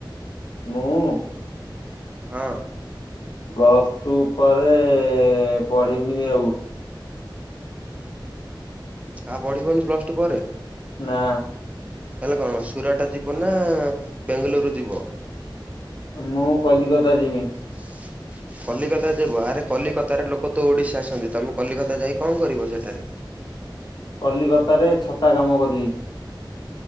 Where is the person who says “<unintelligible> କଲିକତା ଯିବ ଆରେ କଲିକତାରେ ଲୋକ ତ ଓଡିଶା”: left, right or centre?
Right